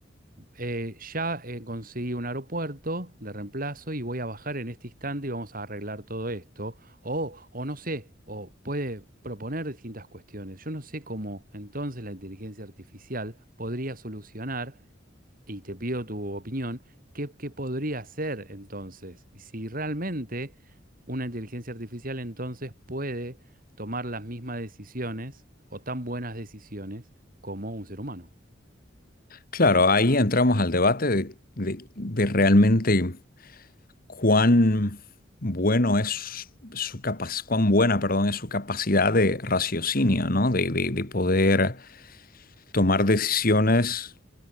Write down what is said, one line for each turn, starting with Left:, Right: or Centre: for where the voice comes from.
Right: eh, ya eh, conseguí un aeropuerto de reemplazo y voy a bajar en este instante y vamos a arreglar todo esto. O, o no sé, o puede proponer distintas cuestiones. Yo no sé cómo entonces la inteligencia artificial podría solucionar, y te pido tu opinión, qué, qué podría hacer entonces. Y Si realmente una inteligencia artificial entonces puede tomar las mismas decisiones o tan buenas decisiones como un ser humano.
Left: Claro, ahí entramos al debate de, de- de realmente cuán bueno es su capaz, cuán buena, perdón, es su capacidad de raciocinio, ¿no? De, de- de poder tomar decisiones